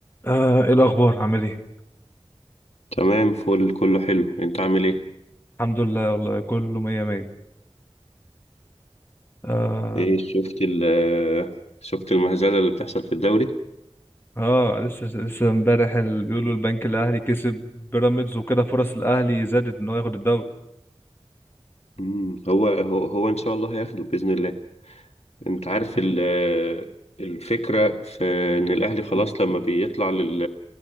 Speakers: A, on the left; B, on the left.
A: آه ايه الاخبار عامل ايه
B: تمام فل كله حلو انت عامل ايه
A: الحمد لله والله كله مية مية آه
B: ايه شفت ال شفت المهزله اللي بتحصل في الدوري
A: اه لسه لسه امبارح ال- بيقولوا البنك الاهلي كسب بيراميدز وكده فرص الاهلي زادت ان هو ياخد الدوري
B: مم. هو هو هو ان شاء الله هياخده باذن الله انت عارف ال الفكره في ان الاهلي خلاص لما بيطلع لل